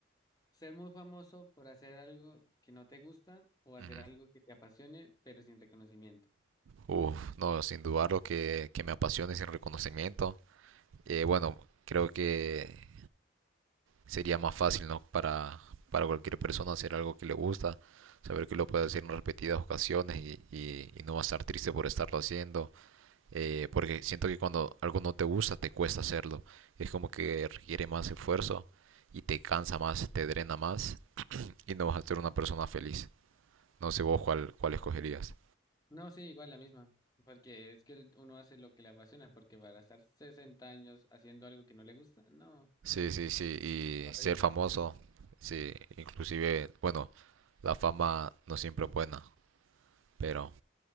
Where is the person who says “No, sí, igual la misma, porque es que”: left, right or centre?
Left